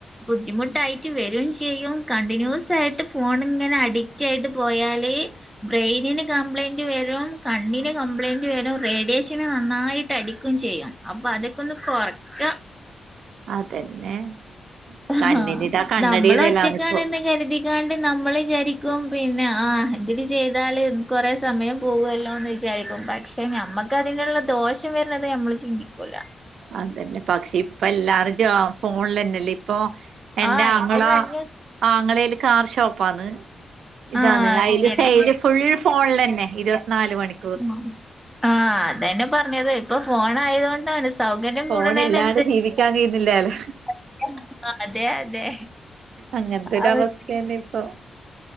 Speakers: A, in the centre; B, on the right.
A: ബുദ്ധിമുട്ടായി ട്ട് വരും ചെയ്യും കണ്ടിന്യൂസായിട്ട് ഫോൺ ഇങ്ങന അഡിക്റ്റായിട്ട് പോയാല് ബ്രെയിനിന് കംപ്ലയിന്റ് വരും കണ്ണിന് കംപ്ലയിന്റ് വരും റേഡിയേഷന് നന്നായിട്ട് അടിക്കും ചെയ്യും. അപ്പൊ അതൊക്കെ ഒന്ന് കൊറക്ക
B: അതന്നെ
A: ആഹ്
B: കണ്ണിന് ഇതാ കണ്ണട
A: നമ്മൾ
B: ഇടലാണിപ്പോ
A: ഒറ്റക്കാണെന്ന് കരുതിക്കാണ്ട് നമ്മൾ വിചാരി ക്കും പിന്നെ ആ ഇതിനു ചെയ്താല് കൊറെ സമയം പോകല്ലോന്ന് വിചാരിക്കും പക്ഷെ നം മ്മക് അതിനുള്ള ദോഷം വരുന്നത് നമ്മള് ചിന്തിക്കൂല
B: അതന്നെ പക്ഷെ ഇപ്പ എല്ലാരും ജ ഫോണിൽ തന്നല്ലേ ഇപ്പൊ എന്റെ
A: ആഹ്
B: ആങ്ങള
A: ഇപ്പൊ കണ്ണ്
B: ആങ്ങളയില് കാർ ഷോപ്പാന്ന് ഇതാണ്
A: ആഹ് അത്
B: അതിൽ
A: ശരി
B: സെയിൽ ഫുൾ ഫോണിൽ തന്നെ ഇരുപത്തിനാല് മണി
A: ആ ആഹ് അതന്നെ പറഞ്ഞത് ഇപ്പൊ ഫോൺ ആയതു കൊണ്ടാണ് സൗകര്യം
B: ഫോണില്ലാണ്ട്
A: കൂടുണെന് അനുസരിച്ചു
B: ജീവിക്കാൻ കഴിയുന്നില്ലാലോ
A: <unintelligible> ആ അതെ അതെ
B: അങ്ങനത്തെൊരു
A: അവസ്ഥ.
B: അവസ്ഥയന്നെ ഇപ്പൊ